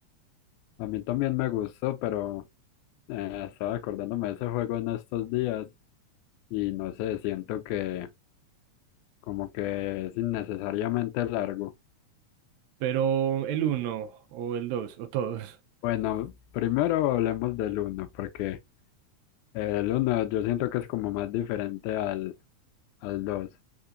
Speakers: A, on the left; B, on the right.
A: a mí también me gustó, pero eh, estaba acordándome de ese juego en estos días y no sé, siento que como que es innecesariamente largo.
B: Pero el uno, o el dos, o todos. <laughs>
A: Bueno, primero hablemos del uno, porque El uno yo siento que es como más diferente al, al 2